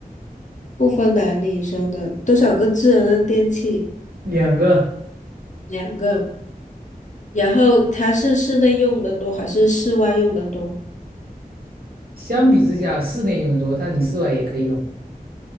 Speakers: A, on the left (about 50°); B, on the right (about 75°).
A: 不分男女生的？多少个智能的电器？
B: 两个
A: 两个。然后它是室内用的多还是室外用的多？
B: 相比之下，室内用的多，但你室外也可以用，